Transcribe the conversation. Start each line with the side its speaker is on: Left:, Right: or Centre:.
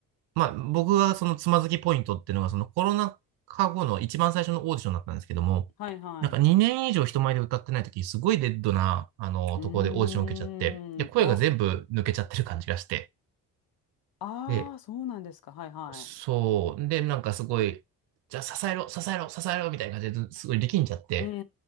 Right: まあ僕がそのつまずきポイントっていうのがそのコロナ禍後の一番最初のオーディションだったんですけども、
Left: はいはい。
Right: なんか2年以上人前で歌ってない時、すごいデッドな、あの、
Left: うーん。
Right: ところでオーディション受けちゃって、で、声が全部抜けちゃってる感じがして、
Left: あ、ああ、
Right: で、
Left: そうなんですか。はいはい。
Right: そう、で、なんかすごい、じゃあ支えろ、支えろ、支えろ、みたいな感じですごい力んじゃって、
Left: うん